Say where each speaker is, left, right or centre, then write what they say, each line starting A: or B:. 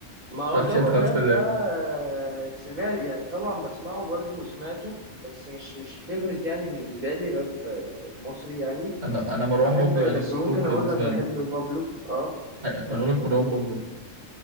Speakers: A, on the right (about 45°); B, on the right (about 85°).
A: ما هو
B: رحت
A: جو
B: انت
A: الراب
B: خالص في الراب
A: ده آه، سمعت يعني طبعا بسمعه برضو وسمعته بس مش مش فيفرت يعني بالنسبة لي الراب آه، المصري يعني
B: انا انا مروان
A: بحب
B: بابلو يعني
A: بس ممكن
B: توب بالنسبه
A: اقول لك بحب
B: لي
A: بابلو اه
B: أي- ما انا
A: بحب
B: بقول
A: بابلو
B: لك مروان بابلو